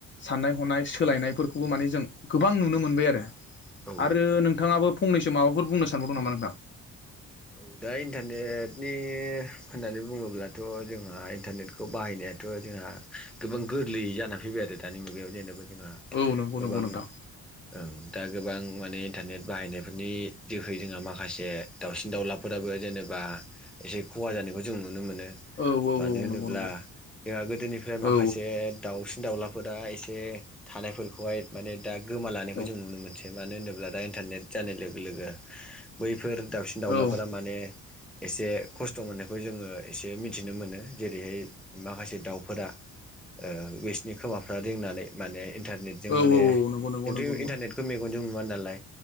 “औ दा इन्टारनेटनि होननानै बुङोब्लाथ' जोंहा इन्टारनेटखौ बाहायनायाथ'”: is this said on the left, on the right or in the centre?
Centre